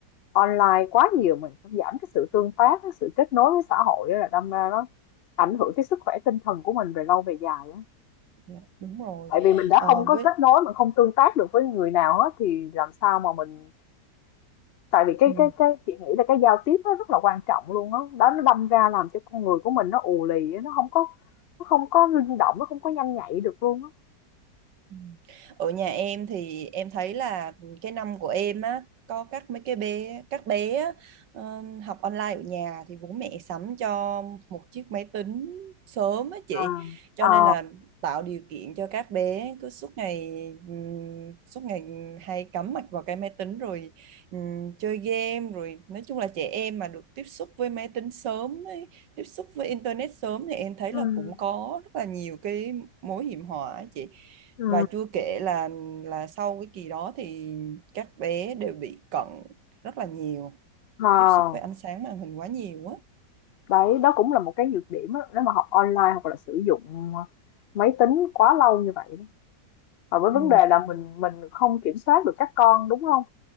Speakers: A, on the left; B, on the right.
A: online quá nhiều mình cũng giảm cái sự tương tác, cái sự kết nối với xã hội á, là đâm ra nó ảnh hưởng tới sức khỏe tinh thần của mình về lâu về dài á.
B: Dạ, đúng rồi
A: Tại vì mình đã
B: Ờ,
A: không
B: với
A: có kết nối, mình không tương tác được với người nào hết thì làm sao mà mình tại vì cái
B: ừ.
A: cái cái chị nghĩ là cái giao tiếp nó rất là quan trọng luôn á. Đó. đó nó đâm ra làm cho con người của mình nó ù lì á, nó không có nó không có linh động, nó không có nhanh nhạy được luôn á.
B: Ừ. Ở nhà em thì em thấy là cái năm của em á có các mấy cái bé các bé á, ờ, học online ở nhà thì bố mẹ sắm cho một chiếc máy tính sớm á chị
A: À.
B: cho
A: Ờ.
B: nên là tạo điều kiện cho các bé cứ suốt ngày ừm, suốt ngày hay cắm mặt vào cái máy tính rồi ừm, chơi game rồi nói chung là trẻ em mà được tiếp xúc với máy tính sớm ấy, tiếp xúc với internet sớm thì em thấy
A: Ừ.
B: là cũng có rất là nhiều cái mối hiểm họa á chị
A: Ừ.
B: và Chua kể là là sau cái kỳ đó thì các bé đều bị cận rất là nhiều
A: Ờ.
B: tiếp xúc với ánh sáng màn hình quá nhiều á
A: Đấy, đó cũng là một cái nhược điểm á, nếu mà học online hoặc là sử dụng ờ, máy tính quá lâu như vậy. đó. Và với vấn
B: ừ,
A: đề là mình mình không kiểm soát được các con đúng không?